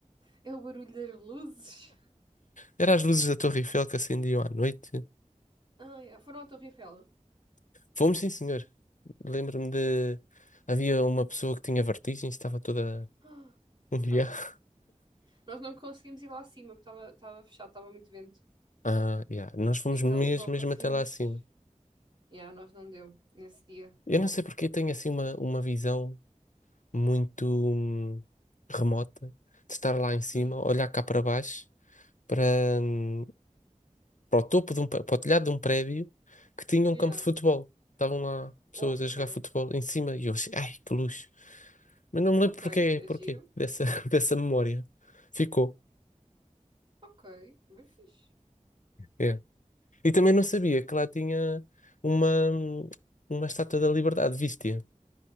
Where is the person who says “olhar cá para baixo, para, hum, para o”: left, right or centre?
Left